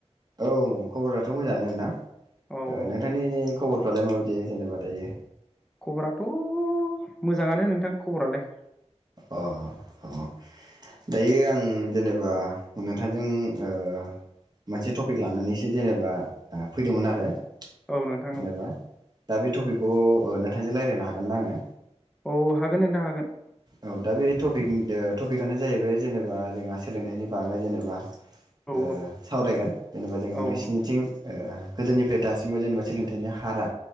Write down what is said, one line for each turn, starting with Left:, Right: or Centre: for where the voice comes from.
Right: औ खबराथ' मोजाङानो नोंथां।
Centre: औ औ
Right: नोंथांनि खबर फ्रालाय माबायदि जेनेबा दायो?
Centre: खबराथ' मोजाङानो नोंथां खबरालाय।
Right: अ अ दायो आं जेनेबा नोंथांजों ओ मोनसे टपिक लानानैसो जेनेबा ओ फैदोंमोन आरो।
Centre: औ नोंथां
Right: जेनेबा
Centre: औ।
Right: दा बे टपिकखौ ओ नोंथांजों रायज्लायनो हागोन ना आङो?
Centre: औ हागोन नोंथां हागोन।
Right: औ दा बे टपिक टपिकआनो जाहैबाय जेनेबा जोंहा सोलोंथाइनि बागै जेनेबा
Centre: औ
Right: ओ सावरायगोन जेनेबा जोङो
Centre: औ
Right: नोसिनिथिं ओ गोदोनिफ्राय दासिमाव जेनेबा सोलोंथाइनि हारआ